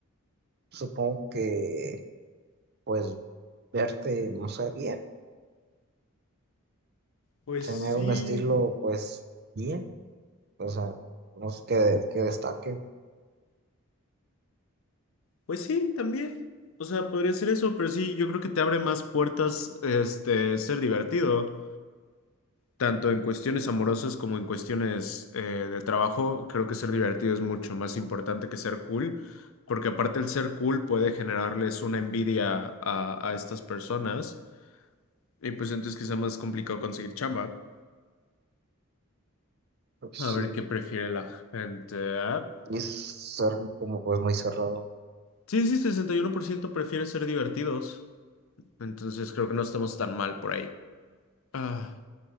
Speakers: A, on the right; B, on the left.
A: supongo que pues verte, no sé, bien,
B: Pues
A: tener
B: sí,
A: un estilo pues bien, o sea, no es que, que destaque,
B: pues sí, también. O sea, podría ser eso, pero sí, yo creo que te abre más puertas, este, ser divertido. tanto en cuestiones amorosas como en cuestiones eh, de trabajo, creo que ser divertido es mucho más importante que ser cool, porque aparte el ser cool puede generarles una envidia a, a estas personas y pues entonces quizá más complicado conseguir chamba.
A: pues
B: A ver
A: sí,
B: qué prefiere la gente. Ah,
A: y ser como pues muy cerrado,
B: Sí, sí, 61% prefiere ser divertidos, entonces creo que no estamos tan mal por ahí. Ah,